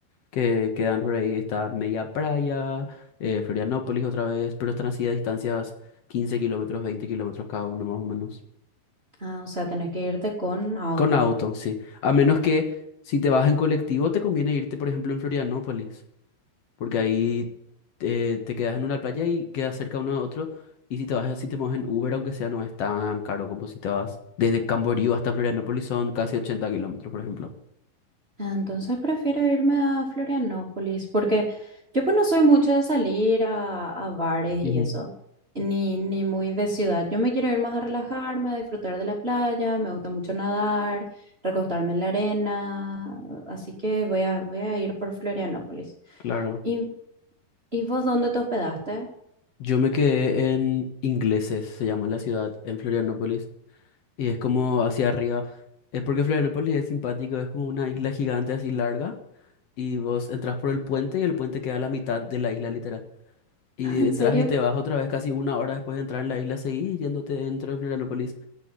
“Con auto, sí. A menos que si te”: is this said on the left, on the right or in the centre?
Left